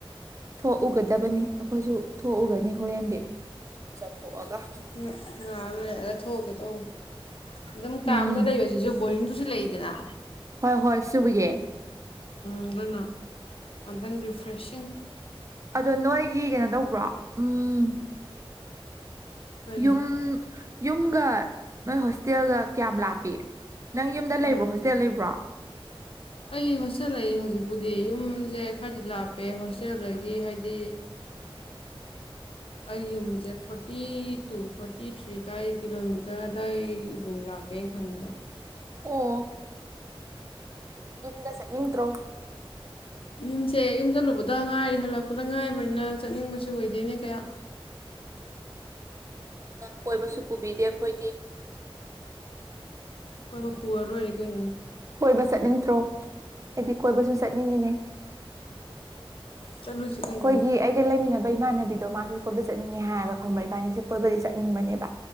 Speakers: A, on the right (about 35°); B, on the left (about 70°).
A: ꯊꯣꯛꯎꯒꯗꯕꯅꯤ ꯑꯩꯈꯣꯏꯁꯨ ꯊꯣꯛꯎꯒꯅꯤ ꯍꯣꯔꯦꯟꯗꯤ ꯆꯠꯊꯣꯛꯑꯒ
B: ꯎ ꯂꯒ ꯊꯣꯛꯑꯒꯦ ꯇꯧ ꯑꯗꯨꯝ ꯀꯥꯝꯒ
A: ꯎꯝ
B: ꯂꯩꯕꯁꯤꯁꯨ ꯣꯂꯤꯅ ꯂꯩꯗꯅ
A: ꯍꯣꯏ ꯍꯣꯏ ꯁꯨꯕꯒꯤꯦ
B: ꯑꯗꯨꯅ ꯇꯪ ꯔꯤꯐ꯭ꯔꯦꯁꯤꯡ
A: ꯑꯗꯣ ꯅꯣꯏꯒꯤ ꯀꯩꯅꯣ ꯇꯧꯕ꯭ꯔꯣ ꯎꯝ
B: ꯀꯔꯤ
A: ꯌꯨꯝ ꯌꯨꯝꯒ ꯅꯣꯏ ꯍꯣꯁꯇꯦꯜꯒ ꯀꯌꯥꯝ ꯂꯥꯞꯄꯤ ꯅꯪ ꯌꯨꯝꯗ ꯂꯩꯕ꯭ꯔꯣ
B: ꯑ
A: ꯍꯣꯁꯇꯦꯜ ꯂꯩꯕ꯭ꯔꯣ
B: ꯑꯩ ꯍꯣꯁꯇꯦꯜꯂꯑꯦ ꯍꯧꯖꯤꯛꯄꯨꯗꯤ ꯌꯨꯝ ꯁꯦ ꯈꯔꯗꯤ ꯂꯥꯞꯄꯦ ꯍꯣꯁꯇꯦꯜꯗꯒꯤ ꯍꯥꯏꯗꯤ ꯑꯩ ꯌꯨꯝꯁꯦ ꯐꯣꯔꯇꯤ ꯇꯨ ꯐꯣꯔꯇꯤ ꯊ꯭ꯔꯤꯗ꯭ꯋꯥꯏ ꯀꯤꯂꯣꯃꯤꯇꯔꯗꯥ꯭ꯏꯒꯕꯨꯂꯥꯛ ꯍꯥꯄꯦ ꯈꯪꯕꯗ
A: ꯑꯣ ꯌꯨꯝꯗ ꯆꯠꯅꯤꯡꯠꯇ꯭ꯔꯣ
B: ꯌꯨꯝꯁꯦ ꯌꯨꯝ ꯆꯜꯂꯨꯕꯗ ꯉꯥꯏꯔꯤ ꯍꯜꯂꯛꯄꯗ ꯉꯥꯏꯕꯅꯤꯅ ꯆꯠꯅꯤꯡꯕꯁꯨ ꯑꯣꯏꯗꯦꯅꯦ ꯀꯌꯥ
A: ꯅꯅ ꯀꯣꯏꯕꯁꯨ ꯄꯨꯕꯤꯗꯦ ꯑꯩꯈꯣꯏꯗꯤ
B: ꯑꯩꯣꯏꯕ ꯄꯨꯔ ꯂꯣꯏꯔꯦ ꯀꯣꯏ
A: ꯀꯣꯏꯕ ꯆꯠꯅꯤꯡꯗ꯭ꯔꯣ ꯑꯩꯗꯤ ꯀꯣꯏꯕꯁꯨ ꯆꯠꯅꯤꯡꯉꯤꯅꯦ ꯑꯩꯈꯣꯏꯒꯤ
B: ꯆꯠꯂꯨꯁꯤ ꯀꯩꯅꯣ
A: ꯑꯩꯒ ꯂꯩꯃꯤꯟꯅꯕ ꯏꯃꯥꯟꯅꯕꯤꯗꯣ ꯃꯥꯁꯨ ꯀꯣꯏꯕ ꯆꯠꯅꯤꯡꯉꯦ ꯍꯥꯏꯕ ꯈꯪꯕ ꯏꯕꯥꯅꯤꯁꯦ ꯀꯣꯏꯕꯗꯤ ꯆꯠ ꯆꯠꯅꯤꯡꯕꯅꯦꯕ